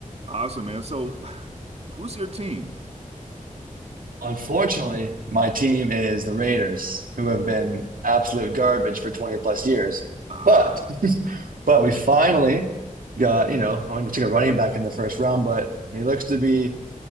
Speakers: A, on the right; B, on the right.
A: Awesome, man. So, who's your team?
B: Unfortunately, my team is the Raiders, who have been absolute garbage for 20 plus years.
A: Uh,
B: But <laughs> but we finally got, you know, I mean, we took a running back in the first round, but he looks to be